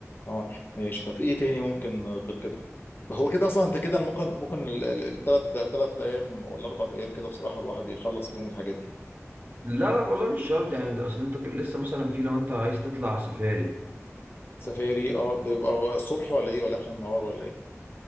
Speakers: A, on the left; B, on the right.
A: اه ماشي طب ايه تاني ممكن غير كده ما هو كده اصلا انت كده انا ممكن ممكن الثلاث ثلاث ايام ولا اربع ايام كده بصراحه الواحد يخلص فيهم الحاجات دي
B: لا لا والله مش شرط يعني انت اصل انت لسه مثلا في لو انت عايز تطلع سفاري
A: سفاري اه بيبقى الصبح ولا ايه ولا اخر النهار ولا ايه